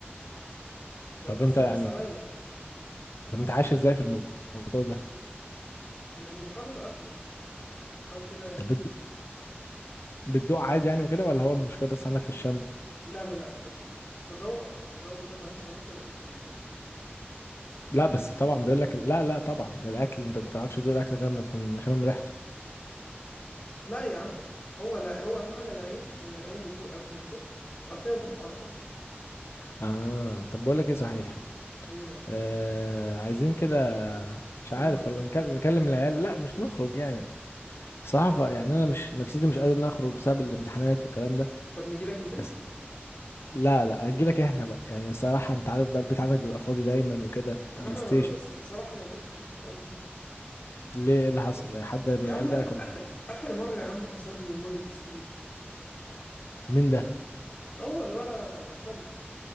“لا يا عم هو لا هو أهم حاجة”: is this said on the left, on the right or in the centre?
Left